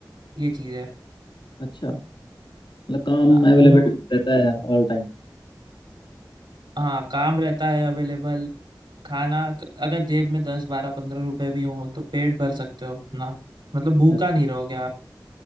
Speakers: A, on the right (about 85°); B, on the left (about 85°).
A: ये चीज़ है
B: अच्छा मतलब काम
A: हाँ मुं-
B: अवेलेबल रहता है ऑल टाइम
A: हाँ काम रहता है अवेलेबल खाना अगर जेब में दस बारह पंद्रह रुपए भी हो तो पेट भर सकते हो अपना मतलब भूखा
B: अच्छा
A: नहीं रहोगे